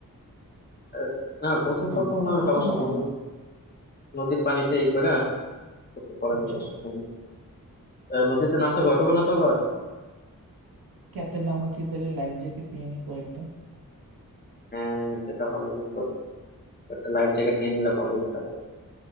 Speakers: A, on the left; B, on the right.
A: আহ, না গোসল
B: না
A: করতে মনে
B: এত-
A: হয়
B: অত
A: সমস্যা
B: নোংরা
A: হবে
B: না
A: না। নদীর পানিতে এই করে গোসল করা
B: আচ্ছা
A: যায় অসুবিধা নেই আহ, নদীতে নামতে ভয় পাবে না তো আবার
B: কে তাহলে আমরা কি তাহলে লাইফ জ্যাকেট নিয়ে নিই কয়েকটা
A: হ্যাঁ সেটা ভালো বলতো একটা লাইফ জ্যাকেট নিয়ে নিলে ভালো হবে তাহলে